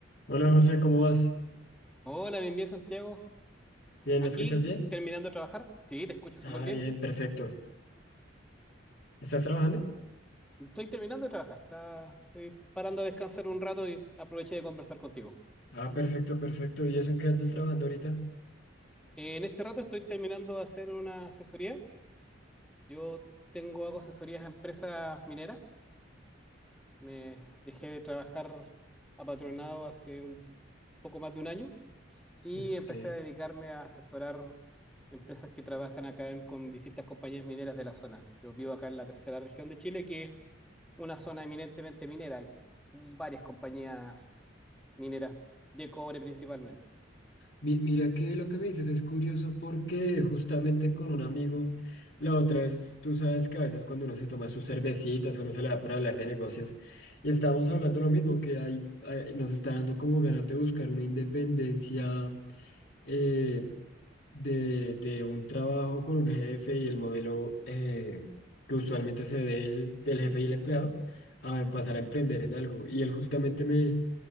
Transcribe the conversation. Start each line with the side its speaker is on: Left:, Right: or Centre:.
Left: Hola José, ¿cómo vas?
Centre: Hola, bien, bien, Santiago.
Left: Bien,
Centre: Aquí,
Left: ¿me escuchas bien?
Centre: terminando de trabajar. Sí, te escucho súper
Left: Ah,
Centre: bien.
Left: bien, perfecto. ¿Estás trabajando?
Centre: Estoy terminando de trabajar. Está, estoy parando a descansar un rato y aproveché de conversar contigo.
Left: Ah, perfecto, perfecto. ¿Y eso en qué andas trabajando ahorita?
Centre: En este rato estoy terminando de hacer una asesoría. Yo tengo, hago asesorías a empresas mineras. Me dejé de trabajar apatronado hace un poco más de un año y
Left: Ok.
Centre: empecé a dedicarme a asesorar empresas que trabajan acá en- con distintas compañías mineras de la zona. Yo vivo acá en la tercera región de Chile, que es una zona eminentemente minera. Hay varias compañías mineras de cobre principalmente.
Left: Mi- mira que lo que me dices es curioso porque justamente con un amigo, la otra vez, tú sabes que a veces cuando uno se toma sus cervecitas, uno se le da por hablar de negocios, y estábamos hablando lo mismo, que hay, hay- nos está dando como ganas de buscar una independencia. eh, de, de un trabajo con un jefe y el modelo eh, que usualmente se dé el- del jefe y el empleado a pasar a emprender en algo. Y él justamente me,